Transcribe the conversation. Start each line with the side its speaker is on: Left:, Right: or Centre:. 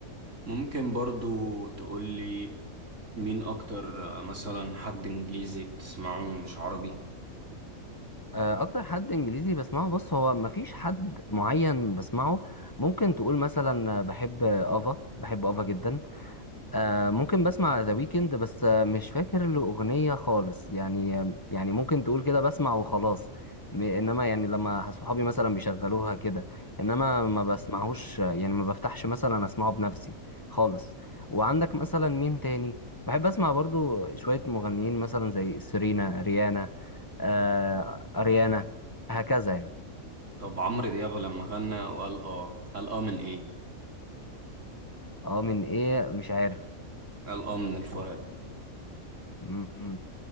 Right: ممكن برضو تقولي مين اكتر آه، مثلا حد انجليزي بتسمعه مش عربي
Left: آه، اكتر حد انجليزي بسمعه بص هو مفيش حد معين بسمعه ممكن تقول مثلا بحب افا بحب افا جدا آه ممكن بسمع ذا ويكند بس آه مش فاكر له أغنية خالص يعني آم، يعني ممكن تقول كده بسمع وخلاص م- انما يعني لما صحابي مثلا بيشغلوها كده انما ما بسمعهوش آه، يعني ما بفتحش مثلا اسمعه بنفسي خالص وعندك مثلا مين تاني بحب اسمع برضو شوية مغنيين مثلا زي سيرينا ريانا آه اريانا هكذا يعني
Right: طب عمرو دياب لما غنى وقال اه قال اه من ايه
Left: اه من ايه مش عارف
Right: قال اه من الفراق
Left: م- م.